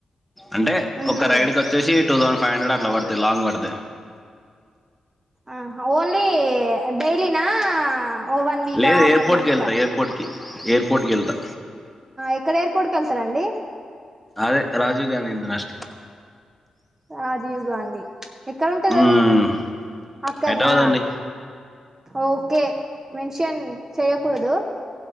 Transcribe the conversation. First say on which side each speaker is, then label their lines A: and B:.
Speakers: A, in the centre; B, on the right.
A: అంటే
B: ఉహు
A: ఒక రైడ్కి వచ్చేసి టూ థౌసండ్ ఫైవ్ హండ్రెడ్ అట్లా పడతాయి లాంగ్ పడితే
B: ఆ ఓన్లీ డైలీనా ఓ వన్ వీకా
A: లేదు ఎయిర్పోర్ట్
B: వన్ మంత్
A: కి వెళ్తా
B: కా
A: ఎయిర్పోర్ట్ కి ఎయిర్పోర్ట్ కి వెళ్తా
B: ఎక్కడ ఎయిర్పోర్ట్ కి వెళ్తారాండి
A: అదే రాజీవ్ గాంధీ ఇంటర్ నేషనల్
B: రాజీవ్ గాంధీ ఎక్కడ ఉంటది
A: మ్మ్.
B: అది అక్కన్నా
A: హైదరాబాద్ అండి
B: ఓకే మెన్షన్ చెయ్యకూడదు